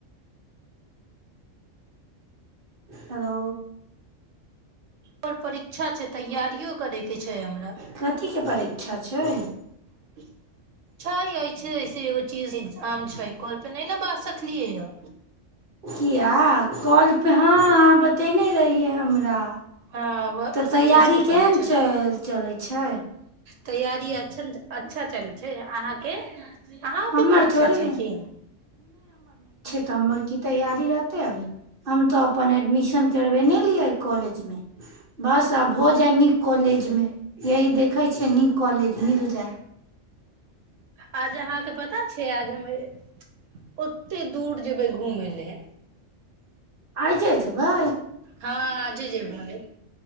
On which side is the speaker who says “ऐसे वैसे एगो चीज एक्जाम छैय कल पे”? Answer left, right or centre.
Right